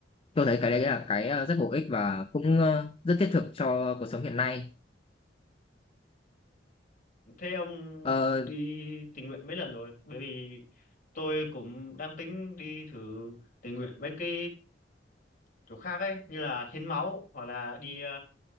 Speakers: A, on the left (about 30°); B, on the left (about 45°).
A: tôi thấy cái đấy là cái ờ, rất bổ ích và cũng ờ, rất thiết thực cho cuộc sống hiện nay
B: thế ông
A: Ờ,
B: đi tình nguyện mấy lần rồi bởi vì tôi cũng đang tính đi thử tình nguyện mấy cái chỗ khác ấy như là hiến máu hoặc là đi ờ,